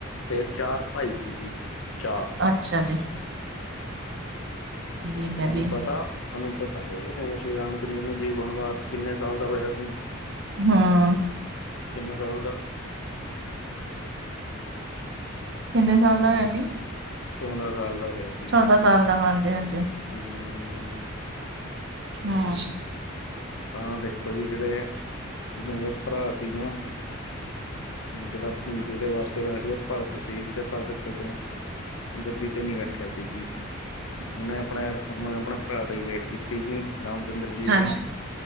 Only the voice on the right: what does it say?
ਅੱਛਾ ਜੀ ਠੀਕ
ਹੈ ਜੀ
ਹਮ
ਕਿੰਨੇ ਸਾਲ ਦਾ ਹੋਇਆ ਸੀ?
ਚੋਦਾ
ਸਾਲ ਦਾ ਹੋਇਆ ਸੀ, ਹਾਂਜੀ-
ਹਾਂਜੀ।
ਹ।
ਹਾਂਜੀ